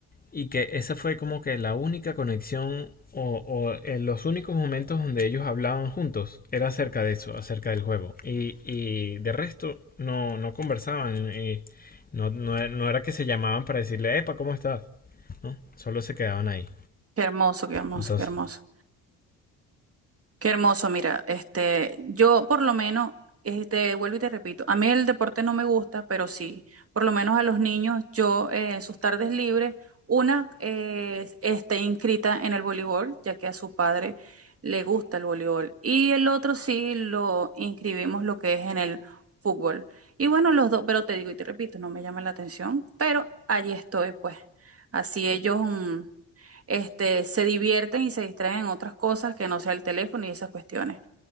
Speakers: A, on the left; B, on the right.
A: y que esa fue como que la única conexión o, o en los únicos momentos donde ellos hablaban juntos era acerca de eso, acerca del juego. Y, y de resto no, no conversaban y no, no, no era que se llamaban para decirle, Epa, ¿cómo estás? ¿No? Solo se quedaban ahí.
B: Qué hermoso, qué hermoso,
A: Entonces,
B: qué hermoso. Qué hermoso, mira, este, yo por lo menos, este, vuelvo y te repito, a mí el deporte no me gusta, pero sí, por lo menos a los niños, yo eh, en sus tardes libres, una eh, está inscrita en el voleibol, ya que a su padre le gusta el voleibol, y el otro sí lo inscribimos lo que es en el fútbol. Y bueno, los dos, pero te digo y te repito, no me llama la atención, pero allí estoy, pues, así ellos... mm, este, se divierten y se distraen en otras cosas que no sea el teléfono y esas cuestiones.